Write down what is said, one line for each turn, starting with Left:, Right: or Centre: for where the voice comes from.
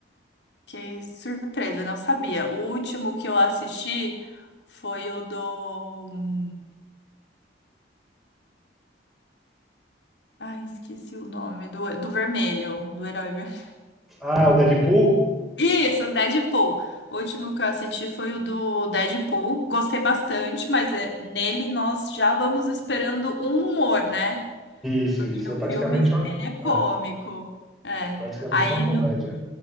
Left: que surpresa, não sabia. O último que eu assisti foi o do. Ai, esqueci o nome, do, do vermelho, do herói vermelho. <laughs>
Centre: Ah, o Deadpool?
Left: Isso, Deadpool. O último que eu assisti foi o do Deadpool. Gostei bastante, mas é- nele nós já vamos esperando um humor, né?
Centre: Isso,
Left: Porque
Centre: isso. É praticamente
Left: O filme,
Centre: uma,
Left: ele é cômico.
Centre: é,
Left: É.
Centre: é praticamente
Left: Aí
Centre: uma comédia.
Left: no